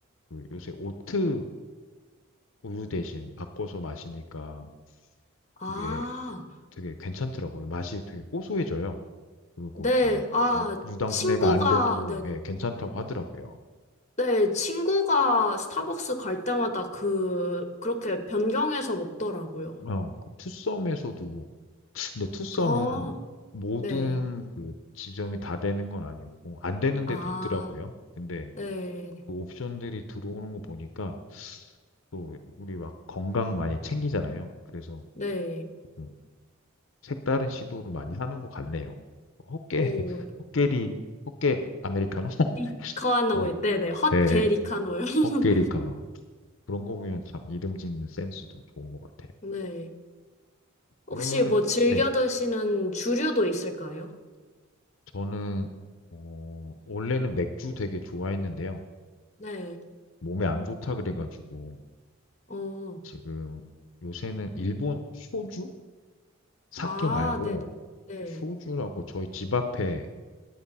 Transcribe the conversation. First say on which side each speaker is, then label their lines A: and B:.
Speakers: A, on the left; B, on the left.
A: 그 요새 오트를 우유 대신 바꿔서 마시니까
B: 아,
A: 그게 되게 괜찮더라고요. 맛이 되게 고소해져요. 그리고
B: 네,
A: 그
B: 아,
A: 유당, 유당
B: 친구가,
A: 분해가 안 돼도
B: 네네.
A: 예, 괜찮다고 하더라고요.
B: 네, 네, 친구가 스타벅스 갈 때마다 그, 그렇게 변경해서 먹더라고요.
A: 어, 그 투썸에서도 근데 투썸은
B: 어,
A: 모든
B: 네.
A: 그 지점이 다 되는 건 아니고 안 되는
B: 아,
A: 데도 있더라고요. 근데
B: 네,
A: 그 옵션들이 들어오는 거 보니까 또 우리 막 건강 많이 챙기잖아요. 그래서
B: 네.
A: 뭐 색다른 시도를 많이 하는 것 같네요. 호깨,
B: 오,
A: <laughs> 호깨리, 호깨 아메리카노? <laughs>
B: 리카노일.
A: 그,
B: 네네. 헛게
A: 네,
B: 리카노일. <laughs>
A: 호깨리카노. 그런 거 보면 참 이름 짓는 센스도 좋은 것 같아요.
B: 네.
A: 그러면은,
B: 혹시 뭐 즐겨
A: 네,
B: 드시는 주류도 있을까요?
A: 저는, 어, 원래는 맥주 되게 좋아했는데요.
B: 네.
A: 몸에 안 좋다 그래가지고,
B: 어.
A: 지금 요새는 일본 쇼주? 사케
B: 아,
A: 말고,
B: 네네. 네.
A: 그 쇼주라고 저희 집 앞에